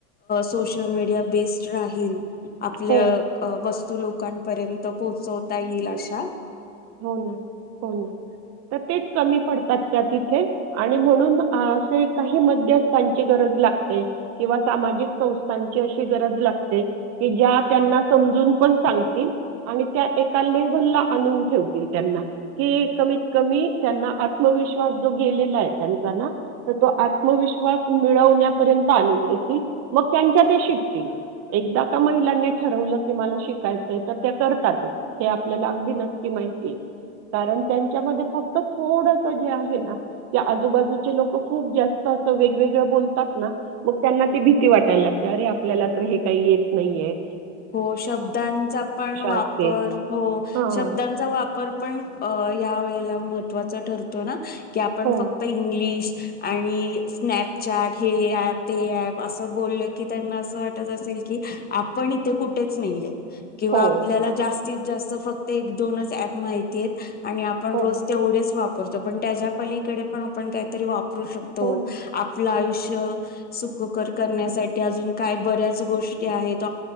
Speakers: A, on the left; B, on the right.
A: सोशल मडिया बेस्ड रा आपल्या
B: हो,
A: वस्तू लोकांपर्यंत पोहोचवता येईल अशा
B: हो ना हो ना तर तेच कमी पडतात त्या तिथे आणि म्हणून असे काही मध्यस्थांची गरज लागते किंवा सामाजिक संस्थांची अशी गरज लागते की ज्या त्यांना समजून पण सांगतील आणि त्या एका लेवलला आणून ठेवतील क कमीत क त्यांना आत्मविश्वास जो गेला आहे त्यांचा ना त आत्मविश्वास मिळवण्यापर्यंत आणून देतील मग त्यांच्या ते शिकतील एकदा का महिलांनी ठरवलं की मला शिकायचंय तर त्या करतातच हे आपल्याला अगदी नकी माहि ते कारण त्यांच्यामध्ये फक्त थोडस जे आहे ना त्या आजूबाजूचे लोक खूप जास्त वेगवेगळ बोलतात ना मग त्यांना त भीती वाटायला लागते अरे आपल्याला तर हे काही येत नाहीय
A: हो शब्दांचा पण वापर
B: असते.
A: हो
B: हां.
A: शब्दांचा वाप पण या वेळेला महत्वा ठरतो ना की आपण
B: हो,
A: फक्त इंग्लिश आणि स्नॅपचॅट हे ऍप ते ऍप असं बोललं की त्यांना असं वाटत असे क आपण ते कुठेच नाही किंवा
B: हो,
A: आपल्याला जास्तीत जास्त फक्त एक दोनच ऍप माहिती आणि आपण
B: हो,
A: रोज तेवढेच वापरतो पण त्याच्या पलीकडे पण आपण काहीतरी वाप वापरू शकतो
B: हो ना.
A: आपल आयुष्य सुखकर करण्यासाठी अजून काही गोष्ट आहेत